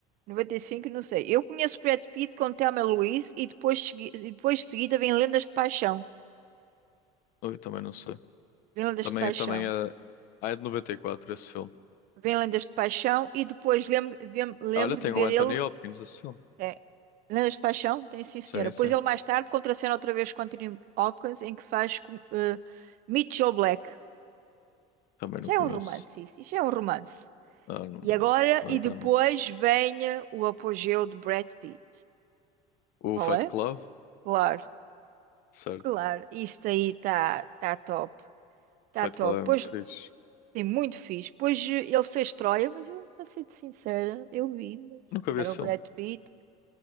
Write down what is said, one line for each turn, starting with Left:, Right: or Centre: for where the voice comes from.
Right: 95, não sei. Eu conheço Brad Pitt com Thelma Louise e depois, segui- e depois de seguida vem Lendas de Paixão.
Left: Oi, também não sei.
Right: Vem Lendas
Left: Também
Right: de Paixão.
Left: também é, ah, é de 94 esse filme.
Right: Vem Lendas de Paixão e depois lembro, vem- lembro
Left: Olha, tem
Right: de
Left: o
Right: ver
Left: Anthony
Right: ele.
Left: Hopkins esse filme.
Right: É, Lendas de Paixão? Tem sim,
Left: Sim,
Right: senhora.
Left: sim.
Right: Pois ele mais tarde contracena outra vez com Anthony Hopkins, em que faz com, eh, Mitchell Black.
Left: Também
Right: Já
Left: não conheço.
Right: é um romance, isso. Isso é um romance.
Left: Ah, não,
Right: E agora,
Left: não
Right: e
Left: é para
Right: depois
Left: mim.
Right: vem eh, o apogeu de Brad Pitt.
Left: O
Right: Qual
Left: Fight
Right: é?
Left: Club,
Right: Claro,
Left: certo.
Right: claro. Isso daí está tá tá top. Está
Left: Fight
Right: top.
Left: Club é
Right: Pois,
Left: muito fixe.
Right: sim, muito fixe. Pois eh, ele fez Troia, mas eu, para ser sincera, eu vi, mas
Left: Nunca vi
Right: que era
Left: esse
Right: o
Left: filme.
Right: Brad Pitt.